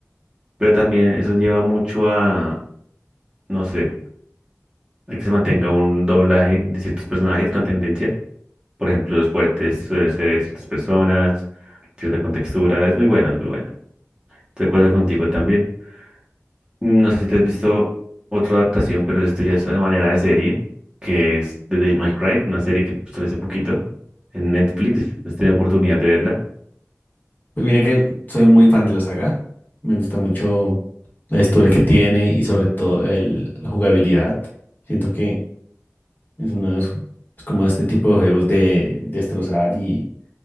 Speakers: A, on the right; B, on the left.
A: pero también eso lleva mucho a, no sé, a que se mantenga un doblaje de ciertos personajes, una tendencia. Por ejemplo, los fuertes suelen ser ciertas personas, cierta contextura, es muy bueno, es muy bueno. Estoy de acuerdo contigo también. No sé si te has visto otra adaptación, pero esto ya es una manera de serie, que es The Devil May Cry, una serie que salió hace poquito en Netflix, no he tenido oportunidad de verla.
B: Pues mira que soy muy fan de la saga, me gusta mucho la historia que tiene y sobre todo el, la jugabilidad. Siento que es uno de los, es como este tipo de juegos de destrozar y